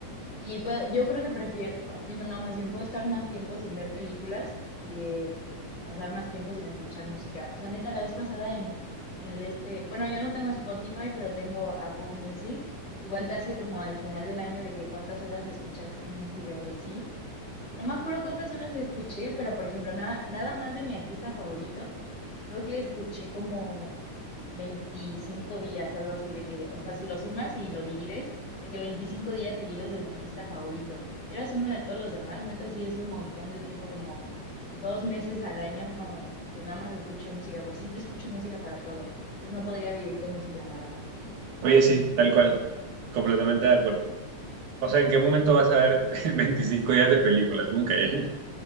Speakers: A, on the left; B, on the right.
A: Y puedo- yo creo que prefiero, no, no, más bien puedo estar más tiempo sin ver películas que pasar más tiempo sin escuchar música. O sea, neta, la vez pasada en, en el este, bueno, yo no tengo Spotify, pero tengo Apple Music. Igual te hace como al final del año de que cuántas horas escuchaste música y así. No me acuerdo cuántas horas escuché, pero por ejemplo, nada, nada más de mi artista favorito, creo que escuché como 25 días, algo así, de que, o sea, si lo sumas y lo divides, de que 25 días seguidos de mi artista favorito. Y ahora súmale a todos los demás, neta, sí es un montón de tiempo, como dos meses al año que nada más escucho música, porque siempre escucho música para todo. Entonces no podría vivir con música mala.
B: Oye, sí, tal cual, completamente de acuerdo. O sea, ¿en qué momento vas a ver <laughs> 25 días de películas? Nunca, ¿eh?